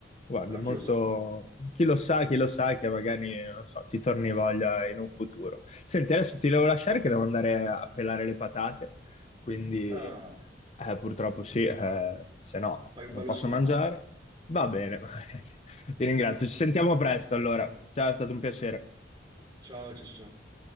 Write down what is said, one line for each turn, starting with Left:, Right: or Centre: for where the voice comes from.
Left: Guarda,
Right: Però
Left: molto...
Right: chi lo sa?
Left: Chi lo sa, chi lo sa che magari, non so, ti torni voglia in un futuro. Senti, adesso ti devo lasciare che devo andare a pelare le patate, quindi
Right: Ah,
Left: eh, purtroppo sì, eh, se no
Right: fai un
Left: non
Right: bello
Left: posso
Right: sformato.
Left: mangiare. Va bene, <laughs> ti ringrazio. Ci sentiamo presto allora. Ciao, è stato un piacere.
Right: Ciao, ciao, ciao. ciao.